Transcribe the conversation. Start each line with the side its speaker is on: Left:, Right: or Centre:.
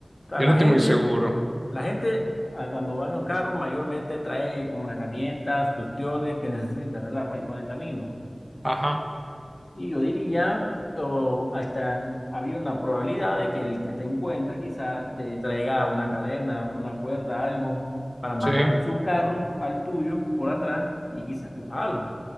Left: sea,
Right: Yo
Left: la
Right: no estoy
Left: gente,
Right: muy seguro.
Left: la gente ah, cuando va en el carro mayormente trae como herramientas, cuestiones que necesita, ¿verdad? Para ir por el camino.
Right: Ajá,
Left: Y yo diría, o hasta había una probabilidad de que el que te encuentre quizá te traiga una cadena o una cuerda, algo, para amarrar
Right: sí.
Left: su carro al tuyo por atrás y quizá empujarlo.